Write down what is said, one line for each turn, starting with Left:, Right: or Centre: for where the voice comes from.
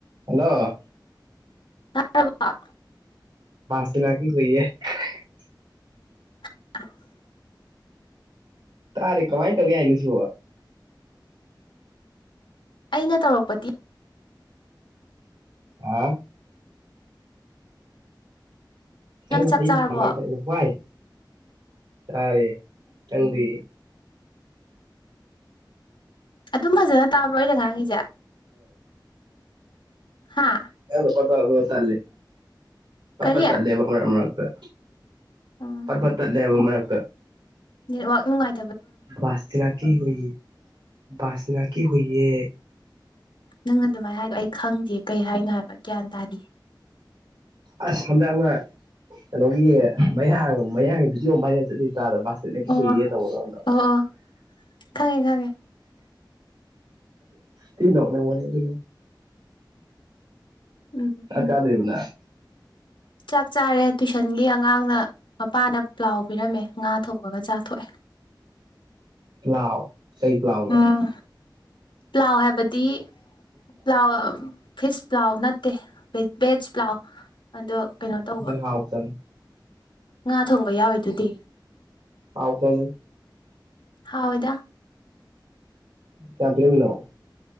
Right: hello
Left: ꯇꯥꯕ‌ꯣ
Right: <unintelligible>
Left: <unintelligible>
Right: ꯇꯥꯔꯦ ꯀꯃꯥꯏꯅ ꯇꯧ ꯌꯥꯏꯅꯣ ꯁꯤꯕꯣ
Left: ꯑꯩꯅ ꯇꯧꯔꯛꯄꯗꯤ
Right: ꯑ ꯑꯩ
Left: ꯅꯪ ꯆꯥꯛ ꯆꯥꯔꯕꯣ
Right: ꯀꯃꯥꯏ ꯇ ꯍ꯭ꯋꯥꯏ ꯆꯥꯔꯦ ꯅꯪꯗꯤ
Left: ꯑꯗꯨꯝ ꯐꯖꯅ ꯇꯥꯕ꯭ꯔꯣ ꯑꯩꯅ ꯉꯥꯡꯉꯤꯁꯦ ꯍꯥ
Right: ꯅꯪ ꯄꯠ ꯇꯜꯂ ꯄꯠ
Left: ꯀꯔꯤ
Right: ꯄꯠ ꯇꯜꯂꯦꯕ ꯃꯔꯛ ꯃꯔꯛꯇ
Left: ꯎꯝ
Right: ꯄꯠꯄꯠꯇ ꯂꯦꯕ ꯃꯔꯛꯇ
Left: ꯅꯦꯠꯋꯥꯛ ꯅꯨꯡꯉꯥꯢ
Right: ꯋꯥꯁꯇꯅꯅꯥ ꯀ ꯍꯌꯦ ꯁꯇꯅꯥ ꯀ ꯍꯌꯦ
Left: ꯅꯪꯅ ꯑꯗꯨꯃꯥꯏꯅ ꯍꯥꯏ ꯑꯩ ꯈꯪꯗꯦ ꯀꯩ ꯍꯥꯏꯅꯣ ꯍꯥꯏꯕ ꯒ꯭ꯌꯥꯟ ꯇꯥꯔꯤ
Right: ꯑꯁ ꯍꯟꯗꯛ ꯑꯃ ꯀꯩꯅꯣꯒꯤ ꯃꯌꯥꯡ ꯃꯌꯥꯡꯒꯤ ꯕꯤꯖꯤꯑꯣꯝ ꯚꯔꯦꯜ ꯆꯠꯂꯤ ꯇꯥꯗ ꯁꯤꯅ
Left: ꯑꯣ
Right: ꯍꯨꯏꯌꯦ ꯇꯧꯕꯗꯗ꯭ꯔꯥ
Left: ꯑꯣ ꯑꯣ ꯈꯪꯉꯦ ꯈꯪꯉꯦ
Right: ꯊ ꯅꯅꯦ ꯃꯅꯤ ꯇ
Left: ꯎꯝ
Right: ꯆꯥꯛ ꯆꯥꯥꯗ꯭ꯔꯤꯕꯣ ꯅꯪ
Left: ꯆꯥꯛ ꯆꯥꯔꯦ ꯇꯨꯏꯁꯟꯒꯤ ꯑꯉꯥꯡꯅ ꯃꯄꯥꯅ ꯄ꯭ꯂꯥꯎ ꯄꯤꯔꯝꯃꯦ ꯉꯥ ꯊꯣꯡꯕꯒ ꯆꯥꯛ ꯊꯣꯛꯑꯦ <inaudible>
Right: ꯄ꯭ꯂꯥꯎ ꯀꯩ ꯄ꯭ꯂꯥꯎꯅꯣ
Left: ꯎꯝ ꯄ꯭ꯂꯥꯎ ꯍꯥꯏꯕꯗꯤ ꯄ꯭ꯂꯥꯎ ꯐꯤꯁ ꯄ꯭ꯂꯥꯎ ꯅꯠꯇꯦ ꯚꯦꯖ ꯄ꯭ꯂꯥꯎ ꯑꯗꯣ ꯀꯩꯅꯣ ꯇꯧꯕ
Right: ꯕꯦꯔꯤ ꯍꯥꯎ ꯆꯟ
Left: ꯉꯥ ꯊꯣꯡꯕ ꯌꯥꯎꯋꯤꯗꯨꯗꯤ
Right: ꯍꯥꯎꯇꯅꯤ
Left: ꯍꯥꯎꯏꯗ
Right: ꯀꯌꯥꯝ ꯄꯤꯔꯝꯃꯤꯅꯣ